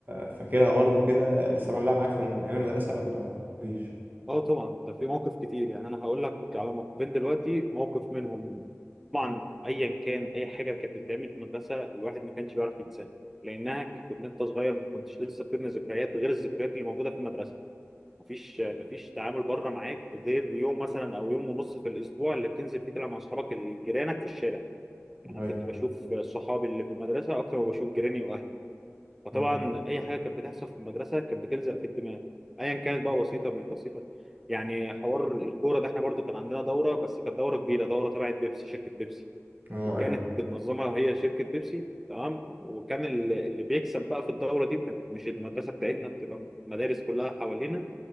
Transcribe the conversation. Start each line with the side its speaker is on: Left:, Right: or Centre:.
Right: فاكرها برضو كده لسه معلقه معاك في- من ايام المدرسه ولا مفيش
Centre: اه طبعا ده في موقف كتير يعني انا هقول لك على موقفين دلوقتي موقف منهم طبعا ايا كان اي حاجه كانت بتتعمل في المدرسه الواحد ما كانش بيعرف ينساها لانها كنت انت صغير ما كنتش لسه بتبني ذكريات غير الذكريات اللي موجوده في المدرسه مفيش مفيش تعامل بره معاك غير يوم مثلا او يوم ونص في الاسبوع اللي بتنزل فيه تلعب مع اصحابك اللي جيرانك في الشارع يعني
Right: ايوه
Centre: كنت بشوف صحابي اللي في المدرسه اكتر ما بشوف جيراني واهلي فطبعا
Right: مم.
Centre: اي حاجه كانت بتحصل في المدرسه كانت بتلزق في الدماغ ايا كانت بقى بسيطه مش بسيطه يعني حوار الكوره ده احنا برضو كان عندنا دوره بس كانت دوره كبيره دوره تبعت بيبسي شركه بيبسي
Right: اه ايوه
Centre: كانت بتنظمها هي شركة بيبسي تمام وكان ال- اللي بيكسب بقى في الدورة دي كانت مش المدرسة بتاعتنا بتبقى مدارس كلها حوالينا